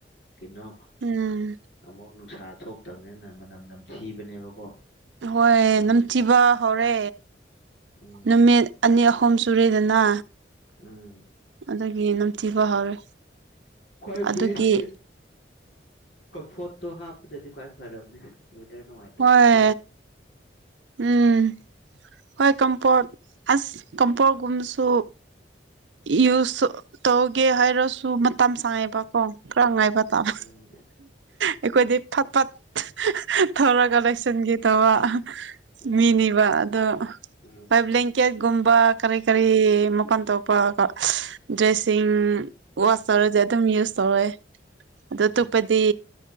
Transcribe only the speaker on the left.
ꯀꯩꯅꯣ
ꯑꯃꯨꯛ ꯅꯨꯡꯁꯥ ꯊꯣꯛ ꯇꯝꯅꯦꯅ ꯃꯅꯝ ꯅꯝꯊꯤꯕꯅꯦꯕꯀꯣ
ꯑꯗꯨꯒꯤ
ꯎꯝ
ꯎꯝ
ꯈ꯭ꯋꯥꯏ
ꯕꯦꯁꯇꯤ ꯀꯝꯐꯣꯔꯠꯇꯣ ꯍꯥꯞꯄꯗꯗꯤ ꯈ꯭ꯋꯥꯏ ꯐꯔꯕꯅꯦ ꯋꯦꯗꯔ ꯅꯨꯡꯉꯥꯏꯇ꯭ꯔꯗꯤ
ꯀꯣ
ꯎꯝ
ꯎꯝ
ꯎꯝ
ꯎꯝ